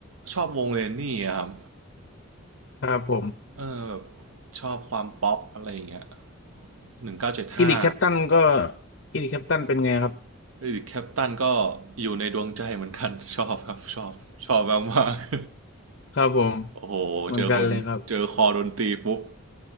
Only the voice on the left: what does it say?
ครับผม
อิริกแคปตันก็อิริกแคปตันเป็นไงครับ
<laughs> ครับผม
เหมือนกันเลยครับ